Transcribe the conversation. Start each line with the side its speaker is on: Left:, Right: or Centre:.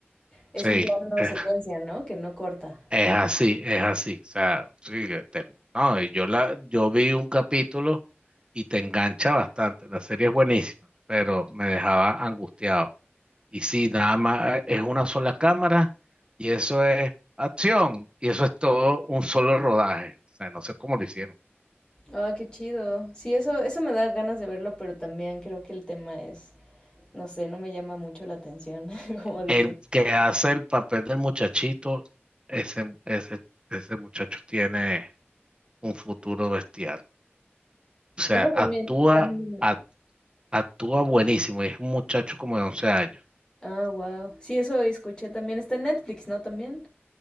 Left: es
Right: Sí,
Left: un plano
Right: es,
Left: secuencia, ¿no? Que no corta.
Right: es así, es así. O sea, sí, que no, y yo la, yo vi un capítulo y te engancha bastante. La serie es buenísima, pero me dejaba angustiado. Y sí, nada más eh, es una sola cámara y eso es acción y eso es todo un solo rodaje. O sea, no sé cómo lo hicieron.
Left: Ah, qué chido. Sí, eso, eso me da ganas de verlo, pero también creo que el tema es No sé, no me llama mucho la atención, <laughs> como dices.
Right: El que hace el papel del muchachito, ese, ese, ese muchacho tiene un futuro bestial. O sea,
Left: Eso también,
Right: actúa,
Left: también.
Right: ac- actúa buenísimo. y es un muchacho como de 11 años
Left: Ah, wow. Sí, eso escuché también. Está en Netflix, ¿no? También.